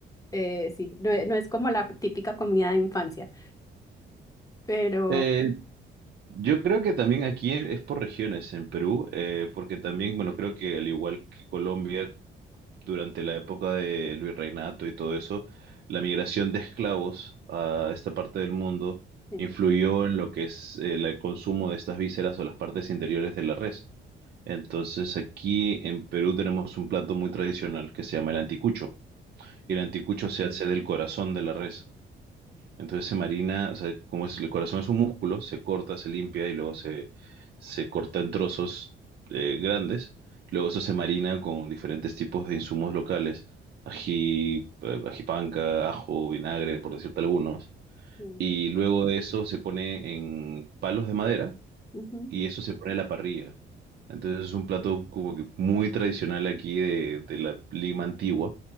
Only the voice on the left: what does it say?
eh, sí, no, e- no es como la típica comida de infancia. Pero
Sí,
ujú,
sí,
ujú,